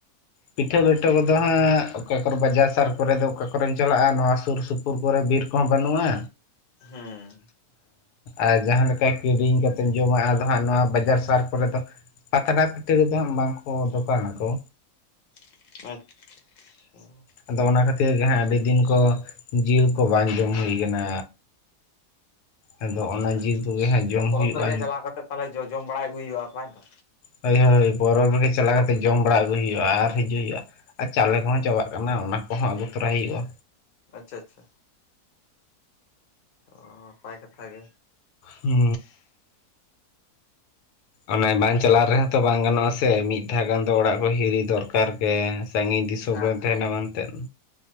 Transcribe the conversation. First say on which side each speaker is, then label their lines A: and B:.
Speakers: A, on the left; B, on the left.
A: ᱯᱤᱴᱷᱟᱹ ᱞᱮᱴᱚ ᱠᱚ ᱫᱚ ᱦᱟᱸᱜ ᱚᱠᱟ ᱠᱚ ᱨᱮ ᱵᱟᱡᱟᱨ ᱥᱟᱨ ᱠᱚᱨᱮ ᱫᱚ ᱚᱠᱟ ᱠᱚᱨᱮᱢ ᱪᱟᱞᱟᱜᱼᱟ᱾ ᱱᱚᱣᱟ ᱥᱩᱨ ᱥᱩᱯᱩᱨ ᱠᱚᱨᱮ ᱵᱤᱨ ᱠᱚ ᱦᱚᱸ ᱵᱟᱹᱱᱩᱜᱼᱟ᱾
B: ᱦᱮᱸ
A: ᱟᱨ ᱡᱟᱦᱟᱸᱞᱮᱠᱟ ᱠᱤᱨᱤᱧ ᱠᱟᱛᱮ ᱡᱚᱢᱟ ᱟᱫᱚ ᱦᱟᱸᱜ ᱱᱚᱣᱟ ᱵᱟᱡᱟᱨ ᱥᱟᱨ ᱠᱚᱨᱮ ᱫᱚ ᱯᱟᱛᱲᱟ ᱯᱤᱴᱷᱟᱹ ᱠᱚᱫᱚ ᱦᱟᱸᱜ ᱵᱟᱝ ᱠᱚ ᱫᱚᱠᱟᱱ ᱟᱠᱚ᱾
B: ᱟᱪ-ᱪᱷᱟ
A: ᱟᱫᱚ ᱚᱱᱟ ᱠᱷᱟᱹᱛᱤᱨ ᱜᱮ ᱦᱟᱸᱜ ᱟᱹᱰᱤ ᱫᱤᱱ ᱠᱚ ᱡᱤᱞ ᱠᱚ ᱵᱟᱝ ᱡᱚᱢ ᱦᱩᱭ ᱠᱟᱱᱟ᱾ ᱟᱫᱚ
B: ᱟᱪᱪᱷᱟ
A: ᱚᱱᱟ ᱡᱤᱞ ᱠᱚᱜᱮ ᱦᱟᱸᱜ ᱡᱚᱢ
B: ᱯᱚᱨᱚᱵ
A: ᱦᱩᱭᱩᱜᱼᱟ
B: ᱨᱮ ᱜᱮ ᱪᱟᱞᱟᱣ ᱠᱟᱛᱮ ᱛᱟᱦᱚᱼᱞᱮ ᱡᱚᱡᱚᱢ ᱵᱟᱲᱟᱭ ᱟᱹᱜᱩᱭ ᱦᱩᱭᱩᱜᱼᱟ ᱛᱟᱭ ᱛᱚ
A: ᱦᱳᱭ ᱦᱳᱭ ᱯᱚᱨᱚᱵᱽ ᱨᱮ ᱜᱮ ᱪᱟᱞᱟᱣ ᱠᱟᱛᱮ ᱡᱚᱢ ᱵᱟᱲᱟ ᱟᱹᱜᱩᱭ ᱦᱩᱭᱩᱜᱼᱟ ᱟᱨ ᱦᱤᱡᱩᱜ ᱦᱩᱭᱩᱜᱼᱟ᱾ ᱟᱨ ᱪᱟᱣᱞᱮ ᱠᱚ ᱦᱚᱸ ᱪᱟᱵᱟᱜ ᱠᱟᱱᱟ ᱚᱱᱟ ᱠᱚ ᱦᱚᱸ ᱟᱹᱜᱩᱭ ᱛᱚᱨᱟᱭ ᱦᱩᱭᱩᱜᱼᱟ᱾
B: ᱟᱪᱪᱷᱟ ᱟᱪᱪᱷᱟ ᱚ ᱱᱟᱯᱟᱭ ᱠᱟᱛᱷᱟ ᱜᱮ
A: ᱦᱩ ᱚᱱᱮ ᱵᱟᱝ ᱪᱟᱟᱞᱣ ᱨᱮ ᱦᱚᱸ ᱛᱚ ᱵᱟᱝ ᱜᱟᱱᱚᱜᱼᱟ ᱥᱮ ᱢᱤᱫ ᱢᱤᱫ ᱫᱷᱟ ᱜᱟᱱ ᱫᱚ ᱚᱲᱟᱜ ᱠᱚ ᱦᱤᱨᱤ ᱫᱚᱨ ᱠᱟᱨ ᱜᱮ᱾ ᱥᱟᱜᱤᱧ ᱫᱤᱥᱚᱢ
B: ᱦᱮᱸ
A: ᱨᱮᱢ ᱛᱟᱦᱮᱱᱟ ᱢᱟᱱᱛᱮ ᱦᱩᱸ᱾